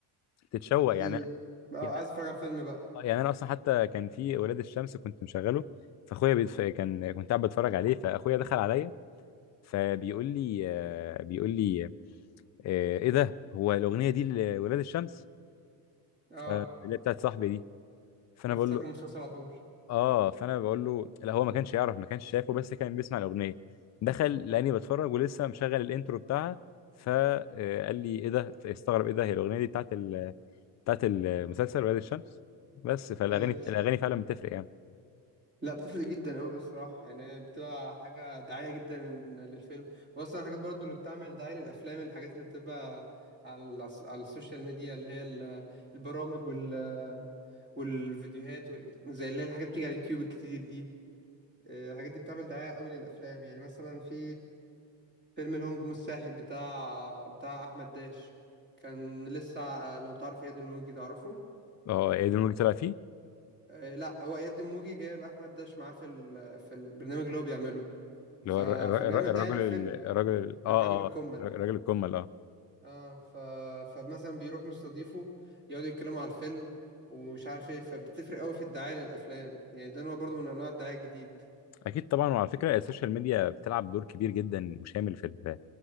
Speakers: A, on the left (about 40°); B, on the right (about 25°).
A: تتشوق
B: بت... بت-
A: يعني
B: اه
A: يعني أنا-
B: عايز اتفرج على الفيلم بقى
A: آه، يعني انا اصلا حتى كان في اولاد الشمس كنت مشغله فاخويا بيتف... كان كنت قاعد بتفرج عليه فاخويا دخل عليا فبيقول لي آه، بيقول لي آه، ايه ده هو الاغنيه دي لولاد الشمس
B: اه
A: ف- اللي هي بتاعت صاحبي دي فانا
B: فافتكر
A: بقول له
B: المسلسل على طول
A: اه فانا بقول له لا هو ما كانش يعرف ما كانش شايفه بس كان بيسمع الاغنيه دخل لاني بتفرج ولسه مشغل الانترو بتاعها فقال لي ايه ده استغرب ايه ده هي الاغنيه دي بتاعت ال... بتاعت المسلسل ولاد الشمس بس فالاغاني
B: ايوه
A: الاغاني فعلا بتفرق يعني
B: لا بتفرق جدا قوي الصراحه يعني بتبقى حاجه دعايه جدا للفيلم واصلا الحاجات برضو اللي بتعمل دعايه للافلام الحاجات اللي بتبقى على الس- على السوشيال ميديا اللي هي ال- البرامج وال... والفيديوهات وال... زي اللي هي الحاجات بتيجي على اليوتيوب الكتير دي آه، الحاجات دي بتعمل دعايه قوي للافلام يعني مثلا في فيلم الهجوم الساحل بتاع بتاع احمد داش كان لسه آه، لو تعرف اياد الموجي تعرفه
A: اه ايه ده اللي طلع فيه
B: آه، لا هو اياد الموجي جايب احمد داش معاه في ال... في البرنامج اللي هو بيعمله
A: اللي
B: ف...
A: هو الر- الر-
B: فبيعمل
A: الر- الراجل
B: دعاية للفيلم
A: ال- الراجل ال- اه
B: الراجل الكمل
A: اه الراجل الكمل اه
B: اه ف... فمثلا بيروح مستضيفه يقعدوا يتكلموا على الفيلم ومش عارف ايه فبتفرق قوي في الدعاية للافلام يعني ده نوع برضه من انواع الدعاية الجديد
A: اكيد طبعا وعلى فكره السوشيال ميديا بتلعب دور كبير جدا وشامل في ال...